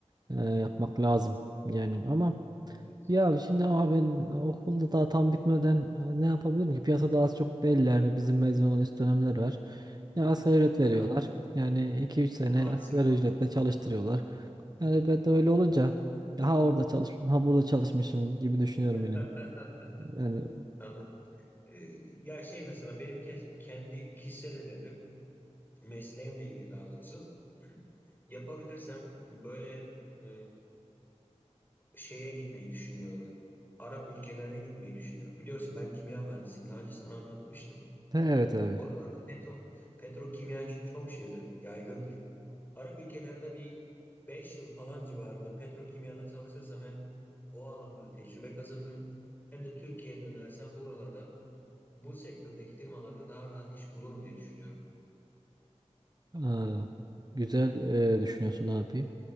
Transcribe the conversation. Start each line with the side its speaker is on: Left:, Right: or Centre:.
Right: e, yapmak lazım. Yani ama
Left: Evet.
Right: ya şimdi ama ben okulda daha tam bitmeden e, ne yapabilirim ki? Piyasada az çok belli yani bizim mezun olan üst dönemler var. Ya asgari ücret veriyorlar.
Left: Aha.
Right: Yani iki üç sene
Left: Maalesef
Right: asgari
Left: maalesef.
Right: ücretle çalıştırıyorlar. Yani ben de öyle olunca ya ha orada çalışmışım, ha burada çalışmışım gibi düşünüyorum
Left: <laughs>
Right: yani. Yani
Left: Anladım. E, ya şey mesela benim ke- kendi kişisel hedefim mesleğimle ilgili daha doğrusu <clears throat> yapabilirsem böyle e, şeye gitmeyi düşünüyorum. Arap ülkelerine gitmeyi düşünüyorum. Biliyorsun ben kimya mühendisiyim. Daha önce sana anlatmıştım.
Right: evet abi.
Left: Oralarda petro, petrokimya çok şeydir, yaygındır. Arap ülkelerinde bir 5 yıl falan civarında petrokimyada çalışırsam hem o alanda tecrübe kazanırım hem de Türkiye'ye dönersem buralarda bu sektördeki firmalarda daha rahat iş bulurum diye düşünüyorum.
Right: Ha, güzel e, düşünüyorsun abi.